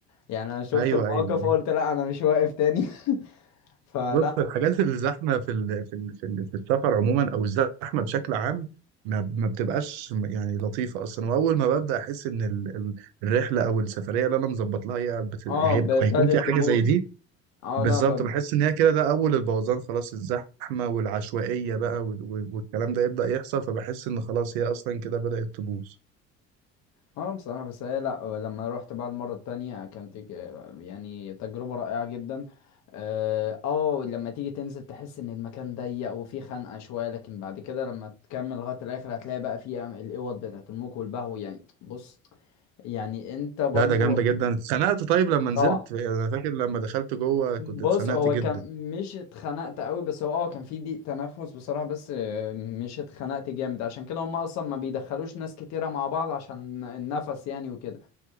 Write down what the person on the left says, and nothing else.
يعني انا شفت
الموقف
قلت لا انا مش واقف تاني <laughs> فلا
اه
ابتدت
تبوظ
اه
لا ب-
اه بصراحة بس هي لا آه، لما روحت بقى المرة التانية كانت تج- يعني تجربة رائعة جدا اه آه، لما تيجي تنزل تحس ان المكان ضيق وفيه خنقة شوية لكن بعد كده لما تكمل لغاية الاخر هتلاقي بقى فيه أم- الاوض بتاعت الموك والبهو يعني بص يعني انت برضو
روعة
بص
هو
كان مش اتخنقت قوي بس هو اه كان في ضيق تنفس بصراحة بس آه، مش اتخنقت جامد عشان كده هم اصلا ما بيدخلوش ناس كتيرة مع بعض عشان النفس يعني وكده